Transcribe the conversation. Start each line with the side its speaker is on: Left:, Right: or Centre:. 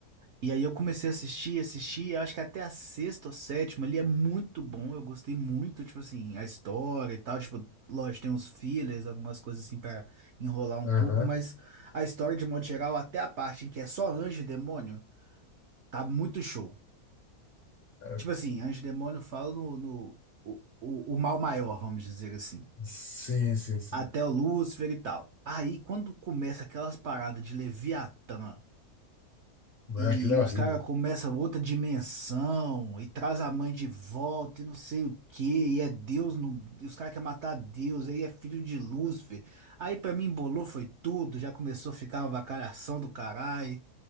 Right: E aí eu comecei a assistir, assistir, e acho que até a sexta ou sétima ali é muito bom. Eu gostei muito, tipo assim, a história e tal. Tipo, lógico, tem uns fillers, algumas coisas assim pra enrolar um
Left: Aham.
Right: pouco, mas a história, de modo geral, até a parte em que é só anjo e demônio, tá muito show.
Left: É,
Right: Tipo assim, anjo e demônio falam no, no o, o, o mal maior, vamos dizer assim.
Left: Sim, sim, sim.
Right: Até o Lúcifer e tal. Aí, quando começa aquelas paradas de Leviatã
Left: Não,
Right: e,
Left: é? aquilo é
Right: e
Left: horrível.
Right: os caras começam outra dimensão e traz a mãe de volta e não sei o quê, e é Deus, no, e os caras querem matar Deus, aí é filho de Lúcifer. Aí pra mim embolou foi tudo, já começou a ficar uma avacalhação do caralho.